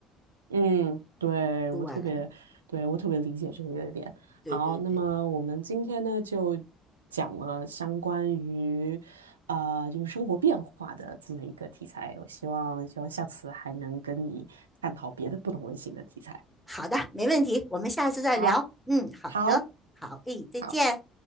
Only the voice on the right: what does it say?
嗯，对，
我特别，对，我特别理解这个点。
好，那么我们今天呢就讲了相关于啊、呃就是生活变化的这么一个题材。我希望希望下次还能跟你探讨别的不同类型的题材。
好，
好，
好。